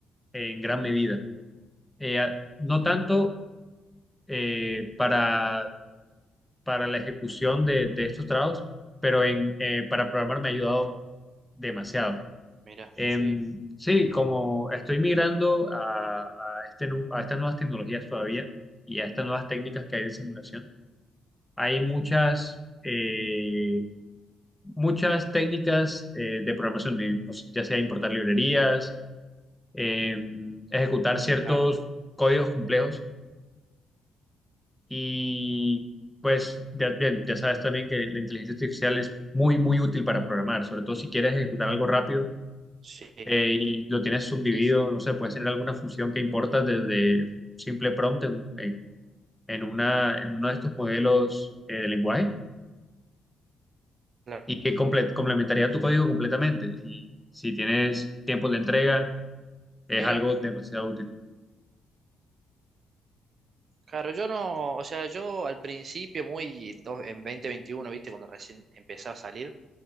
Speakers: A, in the centre; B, on the right.
A: en gran medida. Eh, a- no tanto eh, para, para la ejecución de, de estos trabajos, pero en, eh, para programar me ha ayudado demasiado.
B: Mira, sí,
A: Em, sí, como estoy migrando a, a este nu- a estas nuevas tecnologías todavía y a estas nuevas técnicas que hay de simulación, hay muchas eh, muchas técnicas eh, de programación, de, pues, ya sea importar librerías, eh, ejecutar ciertos
B: claro,
A: códigos complejos y pues ya, bien, ya sabes también que la inteligencia artificial es muy, muy útil para programar, sobre todo si quieres ejecutar algo rápido
B: sí,
A: eh, y lo tienes subdividido,
B: sí, sí,
A: no sé, puedes tener alguna función que importas desde un simple prompt en, en, en una, en uno de estos modelos eh, de lenguaje
B: claro.
A: y que comple- complementaría tu código completamente. Y si tienes tiempos de entrega, es
B: Mira,
A: algo demasiado útil.
B: claro, yo no, o sea, yo al principio, muy do- en 2021, viste, cuando recién empezaba a salir,